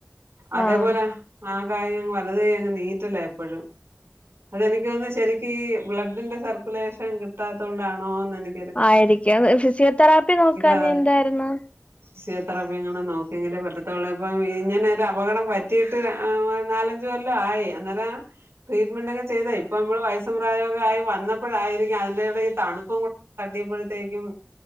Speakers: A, on the right; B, on the left.
A: അതേപോലെ
B: ആഹ്
A: ആഹ് കായംങ്ങ് വലത കയ് അങ്ങ് നീറ്റല്ല എപ്പോഴും അതെനിക്കോന്നെ ശെരിക് ഈ ബ്ലഡിന്റെ സർക്കുലേഷൻ കിട്ടാത്തത് കൊണ്ടാണോന്ന് എനി
B: ആയിരിക്കും ഫിസിയോതെറാപ്പി നോക്കാ
A: അതാ
B: ഞേ എന്തായിരുന്നു
A: ഫിസിയോതെറാപ്പി ഇങ്ങനെ നോക്കിയെങ്കില് പറ്റത്തള്ളൂ ഇപ്പ ഇങ്ങനരെ അപകടംപറ്റിട്ട് നാലഞ് ന്ജ് കൊല്ലം ആയി അന്നേരം ട്രീറ്റ്മെന്റ് ഒക്കെ ചെയ്താ ഇപ്പോ മ്മള് വയസ്സും പ്രായോഗായി വന്നപ്പഴായിരിക്കും അതിന്റെടെ ഈ തണുപ്പും കൂ തട്ടിയപ്പോഴത്തേക്കും